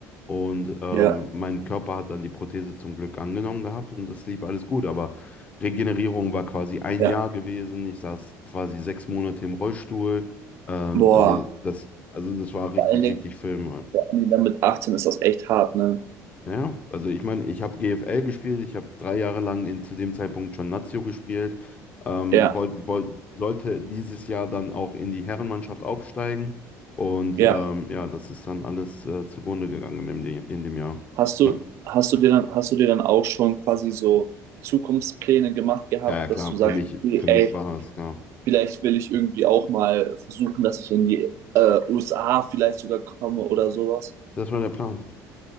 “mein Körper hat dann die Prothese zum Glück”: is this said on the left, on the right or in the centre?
Left